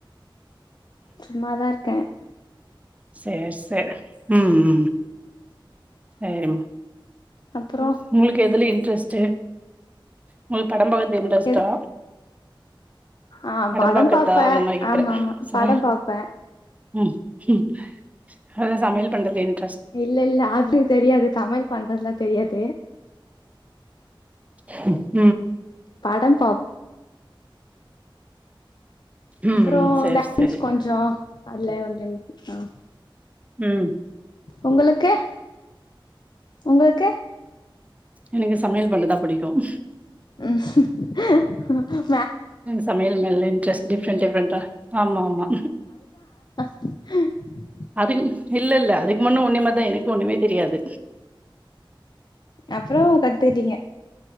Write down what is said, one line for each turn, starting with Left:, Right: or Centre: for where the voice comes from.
Left: சும்மாதான் இருக்கேன்
Right: சரி சரி உம் சரி
Left: அப்றோ
Right: உங்களுக்கு எதுல இன்ட்ரெஸ்ட்டு உங்களுக்கு படம் பாக்றதுல இன்ட்ரெஸ்ட்டா
Left: எது ஆ
Right: படம் பாக்ரத்தா
Left: பாப்பே
Right: அந்த மாரி கேக்குறேன்
Left: ஆமா ஆமா
Right: சமையல்
Left: படம் பாப்பே
Right: உம் ஹும் அதான் சமையல் பண்றதுன்ட்
Left: இல்லல்ல ஆது தெரியாது சமயல் பண்றதுல்லாம் தெரியாது
Right: ஹும்
Left: படம் பாப்
Right: ம்
Left: அப்புறம்
Right: ம் சேர்
Left: டேன்ஸ்
Right: சேரி
Left: கொஞ்சம் அதுல கொஞ்சம் இன்ட்ரெஸ்ட் தான்
Right: உம்
Left: உங்களுக்கு உங்களுக்கு
Right: எனக்கு சமையல் பன்றதான் புடிக்கும்
Left: உம்
Right: சமையல் நல்ல இன்ட்ரெஸ்ட் டிஃப்ரெண்ட் டிஃப்ரெண்டா ஆமா மா
Left: ஹ
Right: அதுக்குன் இல்லல்ல அதுக்கு முன்னு உன்னிய மாதி தான் எனக் கும் ஒண்ணுமே தெரியாது
Left: அப்புறோம் கத்துக்கிட்டீங்க